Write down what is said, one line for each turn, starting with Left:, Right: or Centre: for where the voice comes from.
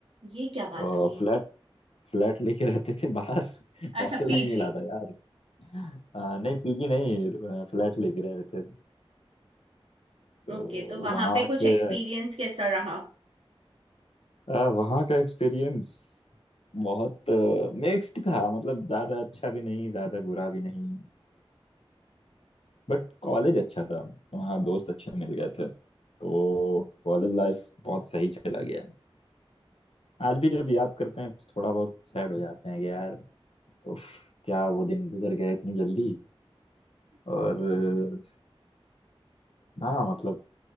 Right: ये
Left: हूँ
Right: क्या बात हुई
Left: फ्लैट फ्लैट लेके रहते थे बाहर <laughs>
Right: अच्छा
Left: हॉस्टल
Right: पीजी
Left: नहीं मिला था यार आ, नहीं पीजी नहीं फ्लैट लेके रह रहे थे तो
Right: ओके तो वहां
Left: वहाँ
Right: पे कुछ
Left: के
Right: एक्सपीरियंस कैसा रहा
Left: आ, वहाँ का एक्सपीरियंस बहुत मिक्स्ड था मतलब ज्यादा अच्छा भी नहीं ज्यादा बुरा भी नहीं बट कॉलेज अच्छा था वहाँ दोस्त अच्छे मिल गए थे तो कॉलेज लाइफ बहुत सही चला गया आज भी जब याद करते हैं तो थोड़ा बहुत सैड हो जाते हैं कि यार उफ, क्या वो दिन गुजर गए इतनी जल्दी और अ, हाँ मतलब